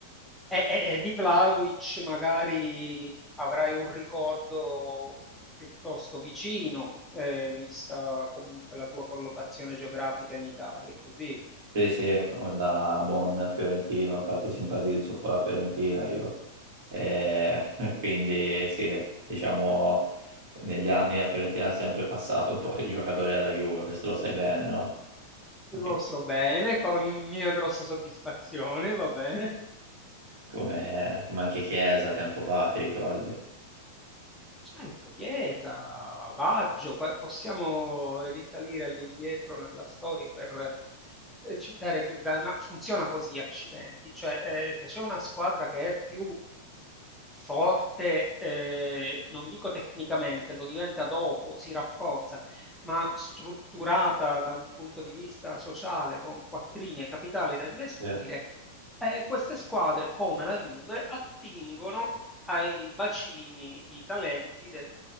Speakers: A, in the centre; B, on the right.
A: E, e- e di Vlahovic magari avrai un ricordo piuttosto vicino, eh, vista comunque la tua collocazione geografica in Italia, è così.
B: Sì, sì, da buon fiorentino, infatti simpatizzo un po' la Fiorentina io. E <laughs> quindi sì, diciamo, negli anni la Fiorentina ha sempre passato un po' i giocatori alla Juve, questo lo sai bene, no? Anche-
A: Lo so bene, con mia grossa soddisfazione, va bene.
B: come, come anche Chiesa tempo fa, ti ricordi?
A: Certo, Chiesa, Baggio, pa- possiamo risalire all'indietro nella storia per eh, citare più grandi, ma funziona così, accidenti, cioè eh, se c'è una squadra che è più forte, ehm, non dico tecnicamente, lo diventa dopo, si rafforza, ma strutturata da un punto di vista sociale con quattrini e capitale da investire,
B: Sì.
A: ehm, queste squadre, come la Juve, attingono ai bacini di talenti del